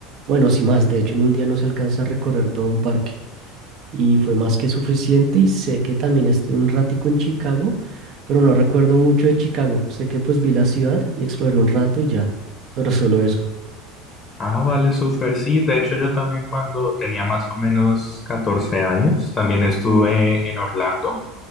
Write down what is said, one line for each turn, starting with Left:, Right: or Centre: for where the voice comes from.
Right: Bueno, sí más, de hecho en un día no se alcanza a recorrer todo un parque. Y fue más que suficiente y sé que también estuve un ratico en Chicago, pero no recuerdo mucho de Chicago. Sé que pues vi la ciudad y exploré un rato y ya, pero solo eso.
Left: Ah, vale, súper, sí. De hecho, yo también cuando tenía más o menos 14 años, también estuve en Orlando.